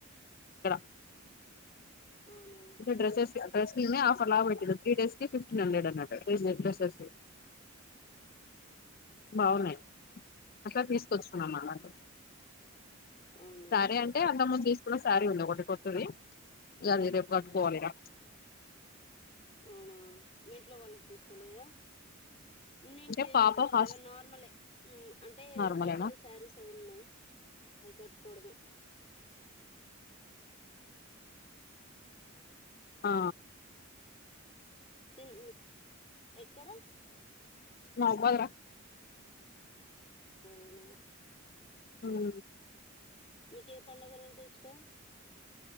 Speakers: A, on the left; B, on the left.
A: ఇక్కడ
B: అవునా
A: ఇంక డ్రెస్సెస్సే అంత్ డ్రెస్ మీదనే ఆఫర్ లాబట్టింది త్రీ డేస్ కి ఫిఫ్టీన్ హండ్రెడ్ అన్నట్టు ఈజీగ డ్రెస్సెస్ కి బాగున్నాయి. అట్ల తీసుకొచ్చుకున్నాం అలాగే
B: అవునా
A: సరే అంటే అంతక్ ముందు తీస్ కొన్న సారీ ఉంది ఒకటి కొత్తద్దీ. దాన్ని రేప్ కట్టుకోవాలి రా
B: అవునా. మీఇంట్లో వాళ్ళకి తీసుకోలేదా. నేను
A: అంటే
B: చేయలేదక్క
A: పాప ఫాస్ట్
B: ఇగ నార్మలే, ఉమ్ అంటే
A: నార్మలేనా
B: ఇంతకు ముందు శారీస్ అవి ఉన్నయి. అవి కట్ టుకోవడమే.
A: ఆ
B: తిన్ ఎక్కడ
A: మహబూబాద్ రా
B: పోదునా
A: హా
B: మీకే పండగలంటే ఇష్టం.